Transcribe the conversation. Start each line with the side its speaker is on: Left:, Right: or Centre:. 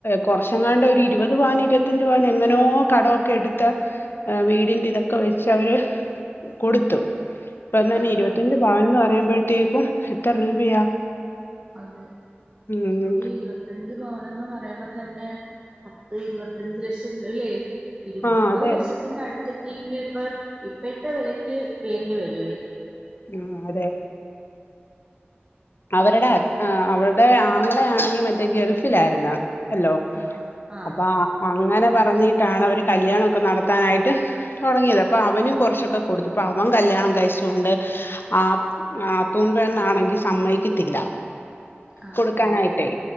Left: കുറച്ചങ്ങാണ്ട ഒരു ഇരുപത് പവന് ഇരുപത്തഞ്ച് പവൻ എങ്ങനോ കടമൊക്കെ എടുത്ത്. വീടിന്റെ ഇതൊക്കെ വെച്ച് അവര് കൊടുത്തു ഒന്ന
Right: ആഹ്
Left: ഇരുപത്തഞ്ച്
Right: ആഹ്
Left: പവന്ന് പറയുമ്പോഴത്തേക്കും എത്ര രൂപയാ
Right: അത്
Left: ഉം
Right: ഒരി ഇരു പത്തഞ്ച് പവനന്ന് പറയുമ്പോ തന്നെ പത്ത് ഇരുപത്തിയഞ്ച് ലക്ഷം രല്ലേ ഇരു
Left: ആ
Right: മുപ്പത്
Left: അതെ
Right: ലക്ഷത്തിനടുത്തൊക്കെങ്കിൽ ഇപ്പൊ ഇപ്പോഴത്തെ വെലയ്ക്ക് വേണ്ടി വരുാവായിരിക്കും.
Left: ഉം അതെ അവരുടെ അവരുടെ ആങ്ങളെ ആണെങ്കിൽ മറ്റേ ഗൾഫിലായിരുന്നു അല്ലോ
Right: ആഹ് ആഹ്
Left: അപ്പൊ അങ്ങനെ പറഞ്ഞിട്ടാണ് അവര് കല്യാണൊക്കെ നടത്താനായിട്ട് തൊടങ്ങിയത് അപ്പം അവനും കുറച്ചൊക്കെ കൊടുത്ത ഇപ്പം അവൻ കല്യാണം കഴിച്ചുകൊണ്ട് ആഹ് നാത്തൂൻ പെണ്ണാണെങ്കിൽ സമ്മയിക്കത്തില്ല
Right: ആഹ്
Left: കൊടുക്കാനായിട്ടേ
Right: ആഹ്